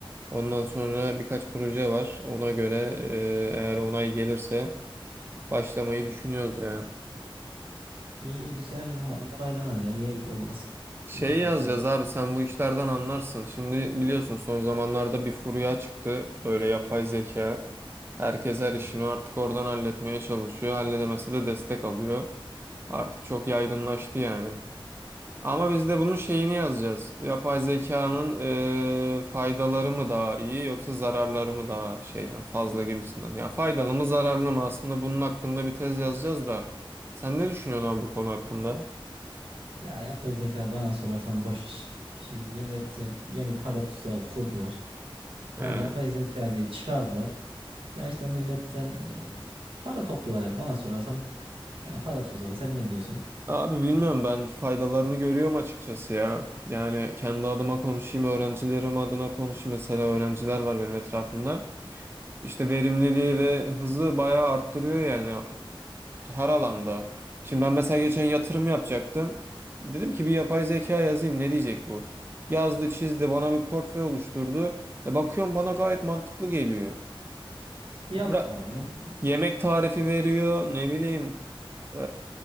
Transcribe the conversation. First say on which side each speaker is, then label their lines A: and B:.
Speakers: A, on the right; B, on the right.
A: Ondan sonra birkaç proje var. Ona göre e, eğer onay gelirse başlamayı düşünüyoruz ya.
B: İyi güzel umarım onaylanır ya niye olmasın siz
A: Şey
B: yaparsanız.
A: yazacağız abi sen bu işlerden anlarsın. Şimdi biliyorsun son zamanlarda bir furya çıktı. Böyle yapay zeka. Herkes her işini artık oradan halletmeye çalışıyor. Halledemese de destek alıyor. Artık çok yaygınlaştı yani. Ama biz de bunun şeyini yazacağız. Yapay zekanın e, faydaları mı daha iyi yoksa zararları mı daha şey yani fazla gibisinden. Ya faydalı mı zararlı mı aslında bunun hakkında bir tez yazacağız da. Sen ne düşünüyorsun abi bu konu hakkında?
B: Ya yapay zeka bana sorarsan boş iş. Şimdi millet e, yeni para tuzağı kurdular. Yani
A: He.
B: yapay zeka diye çıkardılar. Ya işte milletten e, para topluyorlar yani bana sorarsan yani para tuzağı sen ne diyorsun?
A: Abi bilmiyorum ben faydalarını görüyorum açıkçası ya. Yani kendi adıma konuşayım, öğrencilerim adına konuşayım. Mesela öğrenciler var benim etrafımda. İşte verimliliği ve hızı bayağı arttırıyor yani. her alanda. Şimdi ben mesela geçen yatırım yapacaktım. Dedim ki bir yapay zeka yazayım ne diyecek bu? Yazdı, çizdi, bana bir portföy oluşturdu. E bakıyorum bana gayet mantıklı geliyor.
B: Yok
A: Bıra-
B: be oğlum
A: Yemek tarifi veriyor, ne bileyim. Ee,